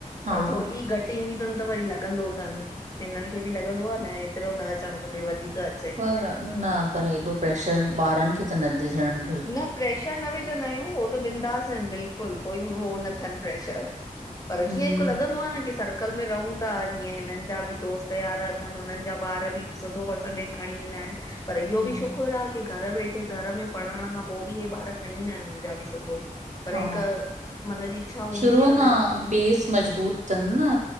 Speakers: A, on the right; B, on the left.
A: हा
B: पर थोड़ी घट टंदी तन त वरी लॻंदो तन, हिनन खे बि लॻंदो आ न एतिरो न अचण खपे वधीक अ
A: पर न पर एॾो प्रेशर ॿारन खे त न ॾिजणघुर
B: न प्रैशर न विझंदा आयूं हो त बिंदास बिल्कुल कोई उहो न तन प्रैशर, पर
A: हम्म
B: कीअं हिक लॻंदो आ न की सर्कल में रहूं त जीअं हिनन जा बि दोस्त यार अथन हुनन जा ॿार बि सुठो परसेंटेज खणी ईंदा आहिन पर इहो
A: हम्म,
B: बि शुकुर आ की घर वेठे घर में पढ़ण खां पो बि हे ॿार खणी ईंदा आहिन मुंजा बि सुठो। पर
A: हा
B: हिक मन जी इच्छा हूंदी
A: शुरूअ
B: आ न
A: खां बेस मज़बूत तनि न